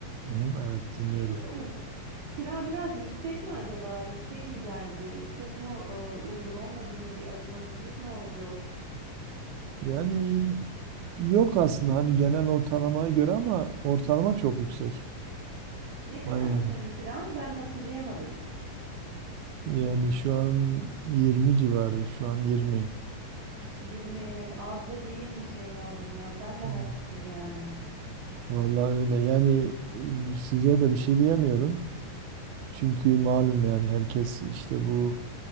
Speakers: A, on the right; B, on the right.
A: Hı, evet dinliyorum.
B: düşünüyorum. Kira biraz yüksek mi acaba? Yüksek mi geldi? Çok mu e, uygun olmadı mı? Bir acımasızlık mı oldu?
A: Yani Yok aslında hani genel ortalamaya göre ama ortalama çok yüksek.
B: Ne kadardı
A: Hani
B: senin kiran? Ben hatırlayamadım.
A: yani şu an 20 civarı, şu an 20.
B: 20 evet az da değilmiş evladım ya. Sen de
A: Yani
B: haklısın yani.
A: Vallahi öyle. Yani e, size de bir şey diyemiyorum. Çünkü malum yani herkes işte bu